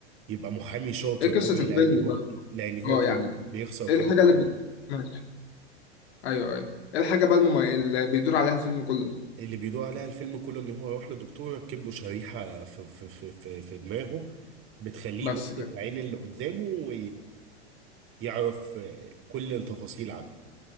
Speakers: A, on the right (about 40°); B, on the left (about 65°).
A: يبقى محامي شاطر
B: إيه
A: قوي
B: قصة الفيلم
A: لان هو
B: ده؟
A: لان هو
B: اه
A: كان
B: يعني
A: بيخسر
B: إيه
A: كل
B: الحاجة
A: القضايا
B: اللي بي... ماشي أيوه أيوه إيه الحاجة بقى الممي... اللي بيدور عليها الفيلم كله؟
A: اللي بيدور عليها الفيلم كله ان هو يروح لدكتور يركب له شريحة في في في في, في دماغه بتخليه
B: بس
A: يبص
B: كده
A: في عين اللي قدامه ويعرف كل التفاصيل عنه